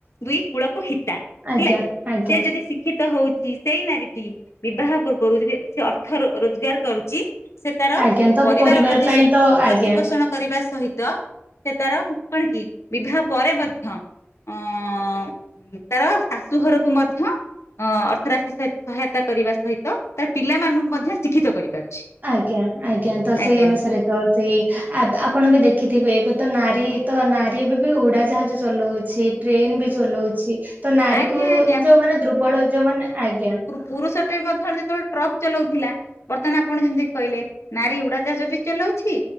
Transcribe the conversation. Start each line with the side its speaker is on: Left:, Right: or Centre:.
Left: ଦୁଇ କୂଳ କୁ ହିତା
Right: ଆଜ୍ଞା
Left: ହେଲା କି,
Right: ଆଜ୍ଞା
Left: ସେ ଯଦି ଶିକ୍ଷିତ ହଉଛି ସେଇ ନାରୀଟି ବିବାହ ପୂର୍ବରୁ ଯଦି ଅର୍ଥ ରୋଜଗାର କରୁଛି ସେ ତାର,
Right: ଆଜ୍ଞା ତ
Left: ପରିବାର ପ୍ରତି
Right: ପାଇଁ
Left: ସୋ
Right: ତ ଆଜ୍ଞା।
Left: ପ୍ରତିପୋଷଣ କରିବା ସହିତ ସେ ତାର କଣ କି, ବିବାହ ପରେ ମଧ୍ୟ ଅ ସେ ତାର ଶାଶୁ ଘରକୁୁ ମଧ୍ୟ ଅ ଅର୍ଥ ରାଶି ସହିତ ସହାୟତା କରିବା ସହିତ, ତାର ପିଲାମାନଙ୍କୁ ମଧ୍ୟ ଶିକ୍ଷିତ କରିପାରୁଛି।
Right: ଆଜ୍ଞା, ଆଜ୍ଞା ତ ସେଇ
Left: ଆଜ୍ଞା
Right: ଅନୁସାରେ ତ ସେଇ ଆବ ଆପଣ ବି ଦେଖିଥିବେ, ଏବେ ତ ନାରୀ ତ ନାରୀ ଏବେ ବି ଉଡାଜାହାଜ ଚଲୋଉଛି। ଟ୍ରେନ ବି ଚଲୋଉଛି। ତ ନାରୀ
Left: ଆଜ୍ଞା
Right: କୁ
Left: ଆଜ୍ଞା
Right: ଯୋଉ ମାନ ଦୁର୍ବଳ ଯୋଉମାନେ ଆଜ୍ଞା
Left: ପୁରୁଷ ଟେ ମଧ୍ୟ, ଯେତେବେଳେ ଟ୍ରକ ଚଲଉଥିଲା ବର୍ତ୍ତମାନ ଆପଣ ଯେମିତି କହିଲେ, ନାରୀ ଉଡାଜାହାଜ ବି ଚଲଉଛି